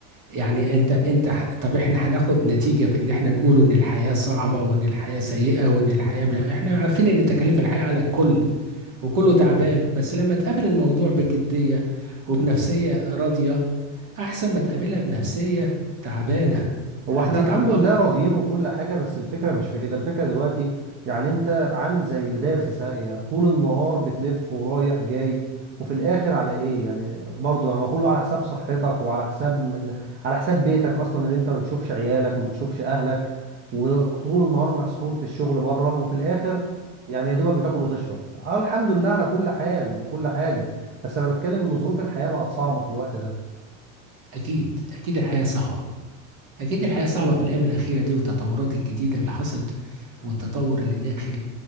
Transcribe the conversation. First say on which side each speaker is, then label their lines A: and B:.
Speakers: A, on the right; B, on the right.
A: يعني انت انت ح- طب احنا هناخد نتيجة في ان احنا نقول ان الحياة صعبة وان الحياة سيئة وان الحياة م- احنا عارفين ان تكاليف الحياة على الكل وكله تعبان بس لما تقابل الموضوع بجدية وبنفسية راضية أحسن ما تقابلها بنفسية تعبانة
B: هو
A: هتتعب
B: احنا الحمد لله
A: أكتر
B: راضيين وكل حاجة بس الفكرة مش في كده الفكرة دلوقتي يعني انت عامل زي اللي داير في ساقية طول النهار بتلف ورايح جاي وفي الاخر على ايه يعني برضه ما كله على حساب صحتك وعلى حساب من على حساب بيتك اصلا اللي انت ما بتشوفش عيالك ما بتشوفش اهلك وطول النهار مسحول في الشغل بره وفي الاخر يعني يا دوبك بتاكل وتشرب اه الحمد لله على كل حال وكل حاجة بس انا بتكلم ان ظروف الحياة بقت صعبة في الوقت ده
A: أكيد أكيد الحياة صعبة أكيد الحياة صعبة في الأيام الأخيرة دي والتطورات الجديدة اللي حصلت والتطور اللي داخل